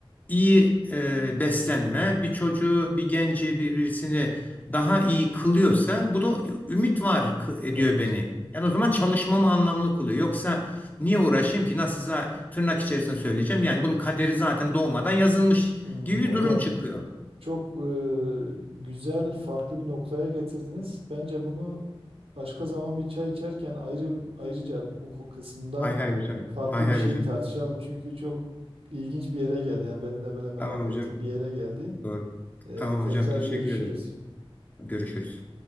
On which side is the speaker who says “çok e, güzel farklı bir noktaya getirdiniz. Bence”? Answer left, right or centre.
Right